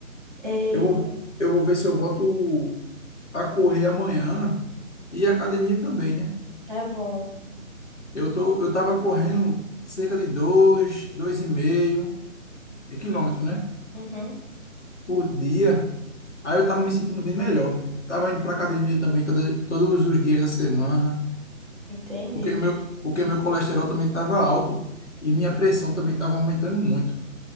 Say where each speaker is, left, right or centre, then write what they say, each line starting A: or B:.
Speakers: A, on the right; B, on the left.
A: Eita,
B: Eu vou, eu vou ver se eu volto a correr amanhã e a academia também, né?
A: é bom.
B: Eu tô, eu tava correndo cerca de dois, dois e meio quilômetros, né?
A: Uhum,
B: Por dia. Aí eu tava me sentindo bem melhor. Tava indo pra academia também toda, todos os dias da semana,
A: entendi.
B: porque o meu, porque meu colesterol também tava alto e minha pressão também tava aumentando muito,